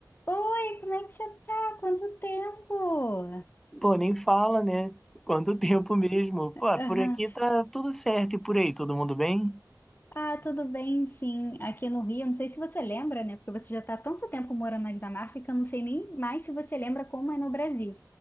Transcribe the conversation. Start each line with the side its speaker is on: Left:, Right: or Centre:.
Left: Oi, como é que você tá? Quanto tempo?
Centre: Pô, nem fala, né? Quanto tempo mesmo. Pô,
Left: Aham.
Centre: por aqui tá tudo certo e por aí, todo mundo bem?
Left: Ah, tudo bem, sim. Aqui no Rio, não sei se você lembra, né? Porque você já está há tanto tempo morando na Dinamarca que eu não sei nem mais se você lembra como é no Brasil.